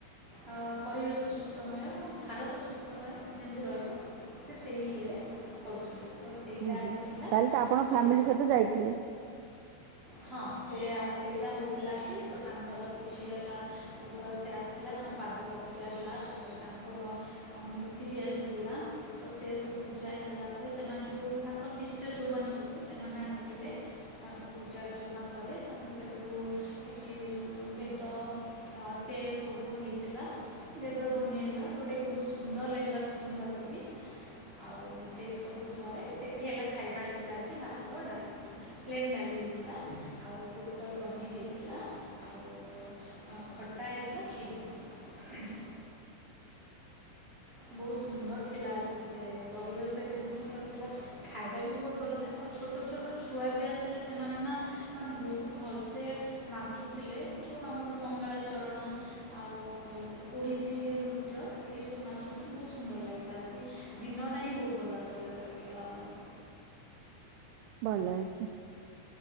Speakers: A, on the right (about 15°); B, on the right (about 80°).
A: ଅ ପରିବେଶ ସୁସ୍ଥମୟ, ଆମ ଭାରତ ସୁସ୍ଥମୟ, ଯେମିତି ରହିବ ସେ ସେଇ ଇଏରେ କରୁଛନ୍ତି। ତ ସେଇଟା
B: ହୁଁ
A: ଆଜି
B: ହୁଁ
A: ଥିଲା
B: ତାଆଲେ ତ ଆପଣ
A: ସେ
B: ଫ୍ୟାମିଲି ସହିତ ଯାଇଥିଲେ?
A: ହଁ ସେ ଆ ସେଇଟା ହଉଥିଲା ଆଜି ତ ତାଙ୍କର କିଛି ହେଲା ଯେତବେଳେ ସେ ଆସିଥିଲା ତାଙ୍କ ପାଦୁକ ଜା ହେଲା ତାପରେ ତାଙ୍କ ଅ ମୂର୍ତ୍ତି ବି ଆସିଥିଲା ତ ସେ ସବୁ ପୂଜା ହେସାରିଲା ପରେ ସେମାନେ ଯଉ ତାଙ୍କ ଶିଷ୍ୟ ଯଉମାନେ ସବୁ ସେମାନେ ଆସିଥିଲେ ତାଙ୍କ ପୂଜାର୍ଚ୍ଚନା ପରେ ତାଙ୍କୁ ସେଇଠୁ କିଛି ବେଦ ଆ ସେ ସବୁ ହେଇଥିଲା। ବେଦ ଧ୍ୱନି ହେଲା ଯଉଟାକି ବହୁତ୍ ସୁନ୍ଦର ଲାଗିଲା ଶୁଣିବାକୁ ବି। ଆଉ ସେ ସବୁ ପରେ ସେଠି ହେଲା ଖାଇବା ହେଇଥିଲା ଆଜି ଭାତ ଡ଼ାଲମା, ପ୍ଲେନ୍ ଡାଲି। ହେଇଥିଲା ଆଉ ପୋଟଳ ପନିର ହେଇଥିଲା, ଆ ଉ ଆଉ ଖଟା ହେଇଥିଲା କ୍ଷିରି ହେଇଥିଲା। ବହୁତ୍ ସୁନ୍ଦର ଥିଲା ଆଜି ସେ ପରିବେଶ ବି ବହୁତ୍ ସୁନ୍ଦର ଥିଲା ଖାଇବା ବି ବହୁତ ଭଲ ଥିଲା, ଆ ଉ ଛୋଟ ଛୋଟ ଛୁଆ ବି ଆସିଥିଲେ ସେମାନେ ନା ମାନେ ବହୁତ ଭଲସେ ନାଚୁଥିଲେ। ଯୋଉ ଆମର ମଙ୍ଗଳା ଚରଣ ଆଉ ଓଡ଼ିଶୀ ନୃତ୍ୟ ଏହିସବୁ ନାଚୁ ବହୁତ୍ ସୁନ୍ଦର ଲାଗିଲା ଆଜି ଦିନଟା ହିଁ ବହୁତ୍ ଭଲରେ ଭଲରେ କଟିଗଲା ଆମର।
B: ଭଲ ହେଇଚି।